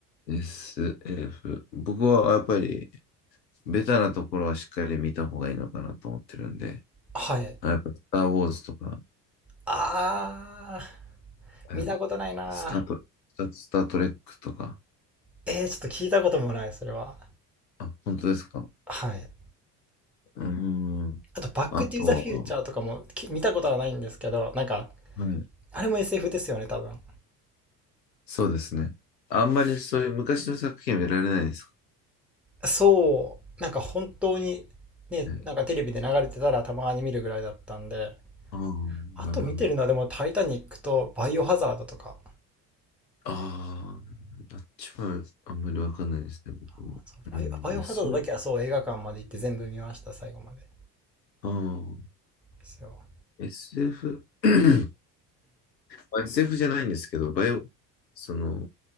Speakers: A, on the left; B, in the centre.
A: SF。僕はやっぱり、ベタなところはしっかり見た方がいいのかなと思ってるんで、
B: はい。
A: あやっぱ、スター・ウォーズとか、
B: あー、
A: えー
B: 見たことないな
A: スタート、スタスター・トレックとか、
B: ー。えー、ちょっと聞いたこともない、それは。
A: あ、本当ですか。
B: はい。
A: うーん。
B: あと、バック・
A: あと
B: トゥ・ザ・フューチャーとかもき見たことはないんですけど、なんか、
A: は、はい、
B: あれも SF ですよね、多分。
A: そうですね。あんまりそういう昔の作品見られないですか
B: そう、なんか本当にね、
A: ね。
B: なんかテレビで流れてたらたまに見るぐらいだったんで、
A: ああ、
B: あと見てるのはでもタイタニックとバイオハザードとか、
A: なるほど。ああ、あっちはあんまりわかんないですね、
B: あそうバイオ、
A: 僕も。うん、
B: バイオハザードだけはそう映画館まで行って全部見ました、
A: SF、
B: 最後まで。で
A: ああ、
B: すよ。
A: SF、<clears throat> まあ SF じゃないんですけど、バイオ、その、